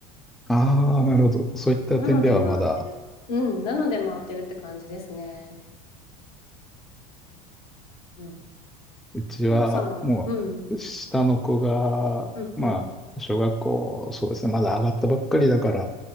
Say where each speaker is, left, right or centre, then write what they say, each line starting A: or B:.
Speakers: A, in the centre; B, on the left (about 80°).
A: ああ、なるほど。そういった点ではまだ、
B: なので回ってる。うん、なので回ってるって感じですね。うん。
A: うちはもう下の子が、
B: 奥様は、うん、うん、
A: まあ、
B: うん、
A: 小学校、そうですね、まだ上がったばっかりだから、